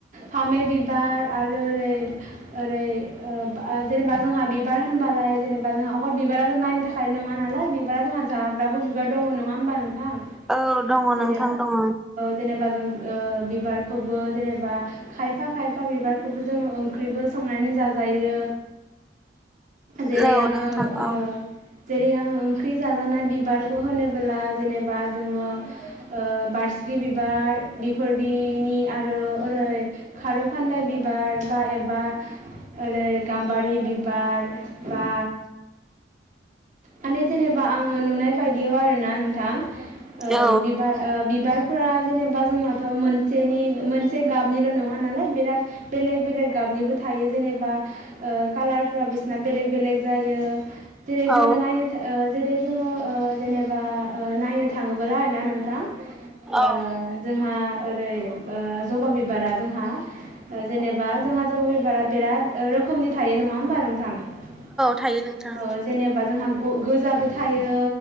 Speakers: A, on the right (about 45°); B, in the centre.
A: फामै बिबार आरो ओरै ओरै ओ जेनेबा जोंहा बिबार होनबालाय जेनेबा जोंहा अखल बिबाराल' नाय <unintelligible> नङा नालाय बा जोंहा जाग्राबो बिबार दङ नङा होमबा नोंथां? <unintelligible>
B: औ दङ
A: ओ
B: नोंथां दङ
A: जेनेबा जों ओ बिबारखौबो जेनेबा खायफा खायफा बिबारखौबो जोङो ओंख्रिबो संनानै जाजायो, जेरै
B: औ
A: आंङो
B: नोंथां
A: ओ
B: औ
A: जेरै आंङो ओंख्रि जाजानाय बिबारखौ होनोबोला जेनेबा जोङो ओ बारसिखि बिबार बिफोरदिनि आरो ओरै खारौ खानदाय बिबार बा एबा ओरै गाम्बारि बिबार बा माने जेनेबा आंङो नुनाय बायदियाव आरोना नोंथां ओ
B: औ
A: बिबार ओ बिबारफोरा जेनेबा जोंनाथ' मोनसेनि मोनसे गाबनिल' नङा नालाय बिराद बेलेग बेलेग गाबनिबो थायो जेनेबा ओ कालारफोरा बिसिना बेलेग बेलेग जायो जेरै
B: औ
A: जोङो नायनो था ओ जेरै जोङो ओ जेनेबा ओ नायनो थाङो बोला आरोना नोंथां ओ
B: औ
A: जोंहा ओरै ओ जबा बिबारा जोंहा ओ जेनेबा जोंहा जबा बिबारा बेराद ओ रोखोमनि थायो नङा होमबा नोंथां औ
B: थायो नोंथां
A: जेनेबा जोंहा ग गोजाबो थायो